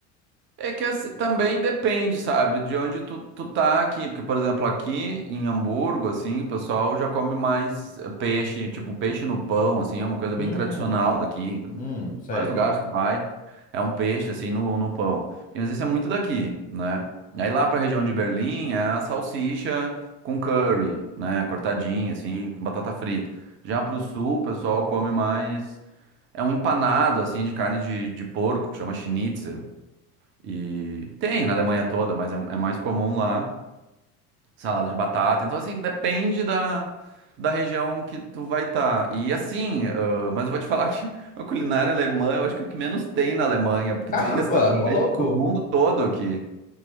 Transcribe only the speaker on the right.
É que assim, também depende, sabe, de onde tu, tu tá aqui. Porque, por exemplo, aqui em Hamburgo, assim, o pessoal já come mais eh, peixe, tipo um peixe no pão, assim, é uma coisa
bem tradicional Hum, daqui. Em
em
vários lugares tu vai, é um peixe, assim, no, no pão. E, Mas isso é muito daqui, né? Aí lá pra região de Berlim é a salsicha com curry, né, cortadinha, assim, com batata frita. Já pro sul, o pessoal come mais. É um empanado, assim, de carne de, de porco, que chama schnitzel. E tem na Alemanha toda, mas é, é mais comum lá, salada de batata. Então, assim, depende da, da região que tu vai estar. E assim, ah, mas eu vou te falar <laughs> que a culinária alemã, eu acho que é o que menos tem na Alemanha, porque
tem <laughs> restaurante
do mundo todo aqui.